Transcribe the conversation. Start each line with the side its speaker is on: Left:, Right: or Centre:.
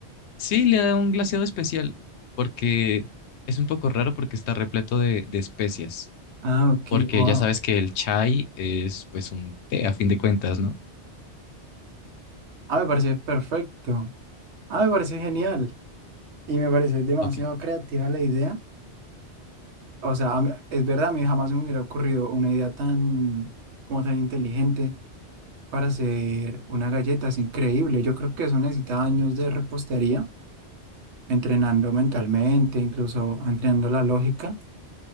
Left: Sí, le da un glaseado especial porque es un poco raro porque está repleto de, de especias,
Right: Ah, ok,
Left: porque
Right: wow.
Left: ya sabes que el chai es pues un té a fin de cuentas, ¿no?
Right: Ah, me parece perfecto. Ah, me parece genial. Y me parece demasiado
Left: Ok,
Right: creativa la idea. O sea, a mí- es verdad, a mí jamás me hubiera ocurrido una idea tan, como tan inteligente para hacer una galleta. Es increíble. Yo creo que eso necesita años de repostería, entrenando mentalmente, incluso entrenando la lógica